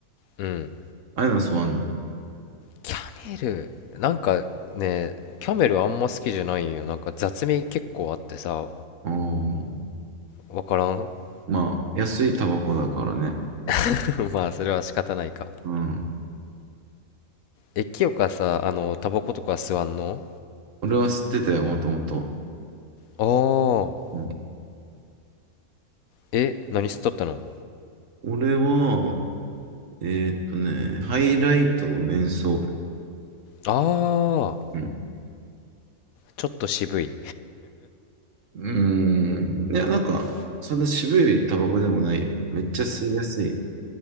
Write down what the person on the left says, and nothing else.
うん。
キャメル、なんかね、キャメルあんま好きじゃないんよ。なんか雑味結構あってさ、
わからん。
<laughs> まあ、それは仕方ないか。
え、清香さ、あの、タバコとか吸わんの
ああー。
え、何吸っとったの
ああー。
ちょっと渋い。